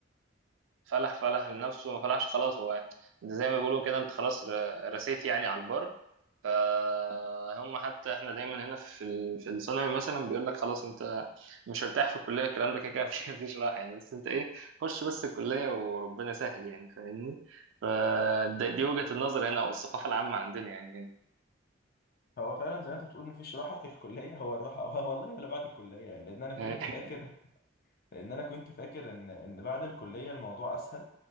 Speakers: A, on the right; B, on the left.
A: فلح فلح لنفسه ما فلحش خلاص هو يعني. ده زي ما بيقولوا كده انت خلاص ر- رسيت يعني على البر فهم حتى احنا دايما هنا في ال- في الثانوي مثلا بيقول لك خلاص انت مش هرتاح في الكليه الكلام ده كده كده مفيش مفيش راحه يعني بس انت ايه خش بس الكليه وربنا سهل يعني فاهمني فدي وجهه النظر هنا او الثقافه العامه عندنا يعني
B: هو فعلا زي ما انت بتقول مفيش راحه في الكليه هو الراحه <laughs> هو والله ولا بعد الكليه لان انا كنت
A: هنا
B: فاكر
A: <laughs>
B: لان انا كنت فاكر ان ان بعد الكليه الموضوع اسهل